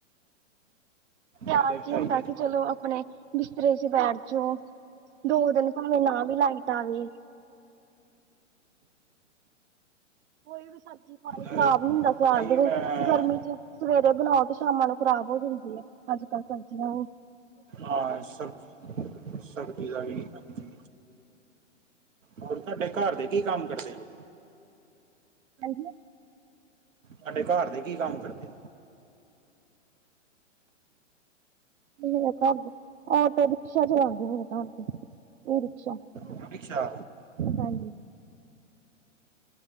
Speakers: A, on the right; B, on the right.
A: ਸਿਆਲ
B: ਆ ਤਾਂ
A: ਚ ਹੁੰਦਾ
B: ਹੈ ਹੀ ਹੈ ਜੀ
A: ਕਿ ਚਲੋ ਆਪਣੇ ਬਿਸਤਰੇ ਚ ਬੈਠ ਜੋ। ਦੋ ਦਿਨ ਭਾਵੇਂ, ਨਾ ਵੀ ਲਾਈਨ ਆਵੇ। ਕੋਈ ਵੀ ਸਬਜ਼ੀ-ਪਾਣੀ ਖ਼ਰਾਬ
B: ਅਹ
A: ਨੀ ਹੁੰਦਾ ਸਿਆਲ
B: ਨਹੀਂ
A: ਦੇ
B: ਮੈਂ
A: ਵਿੱਚ ਗਰਮੀ ਚ ਸਵੇਰੇ ਬਣਾਓ ਤੇ ਸ਼ਾਮਾਂ ਨੂੰ ਖ਼ਰਾਬ ਹੋ ਜਾਂਦੀ ਏ। ਅੱਜ-ਕੱਲ ਸਬਜ਼ੀਆਂ ਉਹ
B: ਹਾਂ ਸਬ ਸਬਜ਼ੀ ਦਾ ਵੀ ਹਾਂਜੀ। ਹੋਰ ਤਾਡੇ ਘਾਰ ਦੇ ਕੀ ਕੰਮ ਕਰਦੇ ਨੇ?
A: ਹਾਂਜੀ
B: ਤਾਡੇ ਘਰ ਦੇ ਕੀ ਕੰਮ ਕਰਦੇ?
A: ਮੇਰੇ ਘਰ ਆਟੋ ਰਿਕਸ਼ਾ ਚਲਾਉਂਦੇ ਮੇਰੇ ਘਰ ਦੇ, ਈ ਰਿਕਸ਼ਾ!
B: ਇ ਰਿਕਸ਼ਾ
A: ਹਾਂਜੀ